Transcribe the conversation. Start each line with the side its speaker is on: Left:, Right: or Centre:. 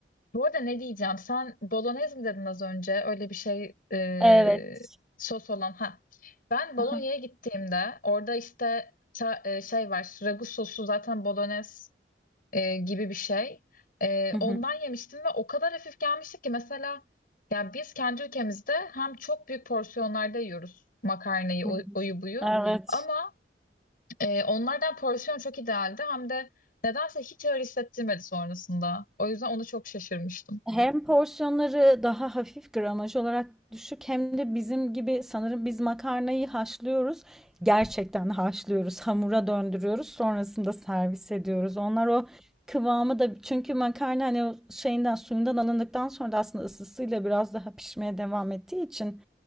Left: bu arada ne diyeceğim? Sen bolognese mi dedin az önce? Öyle bir şey e,
Centre: Evet.
Left: sos olan. Ha. Ben Bologna'ya
Centre: <laughs>
Left: gittiğimde orada işte ça- e, şey var. Ragu sosu zaten bolognese e, gibi bir şey. E,
Centre: Hı hı,
Left: ondan yemiştim ve o kadar hafif gelmişti ki mesela yani biz kendi ülkemizde hem çok büyük porsiyonlarda yiyoruz makarnayı,
Centre: hı
Left: oy-
Centre: hı.
Left: oyu buyu
Centre: Evet.
Left: ama e, onlardan porsiyon çok idealdi hem de nedense hiç öyle hissettirmedi sonrasında. O yüzden ona çok şaşırmıştım.
Centre: Hem porsiyonları daha hafif gramaj olarak düşük hem de bizim gibi sanırım biz makarnayı haşlıyoruz. Gerçekten haşlıyoruz, hamura döndürüyoruz, sonrasında servis ediyoruz. Onlar o kıvamı da çünkü makarna hani o şeyinden suyundan alındıktan sonra da aslında ısısıyla biraz daha pişmeye devam ettiği için